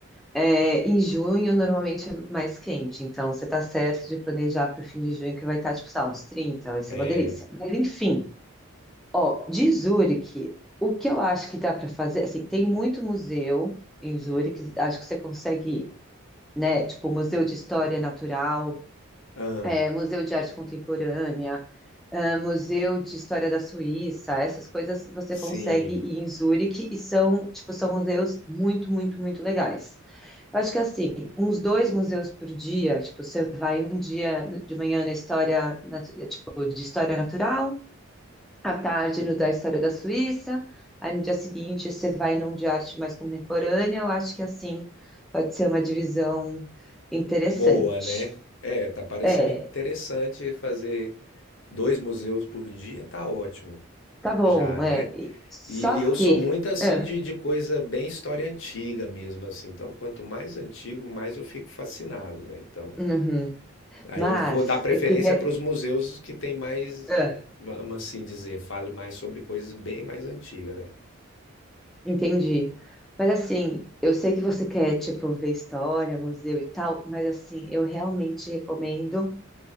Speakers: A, in the centre; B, on the left.
A: É, em junho, normalmente é mais quente, então você tá certo de planejar para o fim de junho, que vai estar, tipo, sei lá, uns 30, vai ser
B: É,
A: uma delícia. Mas, enfim, ó, de Zurique, o que eu acho que dá para fazer, assim, tem muito museu em Zurique, acho que você consegue né? Tipo, Museu de História Natural,
B: ah,
A: é, Museu de Arte Contemporânea, ah, Museu de História da Suíça, essas coisas você
B: sim.
A: consegue ir em Zurique e são, tipo, são museus muito, muito, muito legais. Eu acho que assim, uns dois museus por dia, tipo, você vai um dia de manhã na história, nat- tipo, de história natural, à tarde no da história da Suíça, aí no dia seguinte você vai num de arte mais contemporânea, eu acho que assim pode ser uma divisão interessante.
B: Boa, né? É, tá parecendo
A: É,
B: interessante fazer dois museus por dia, tá ótimo
A: Tá bom,
B: já, né?
A: é. e- Só
B: E eu
A: que.
B: sou muito assim
A: ah,
B: de, de coisa bem história antiga mesmo, assim. Então, quanto mais antigo, mais eu fico fascinado, né? Então,
A: uhum.
B: aí
A: mas
B: eu vou dar preferência
A: eu queria.
B: para os museus que tem mais,
A: ah,
B: vamos assim dizer, fale mais sobre coisas bem mais antigas, né?
A: entendi. Mas assim, eu sei que você quer, tipo, ver história, museu e tal, mas assim, eu realmente recomendo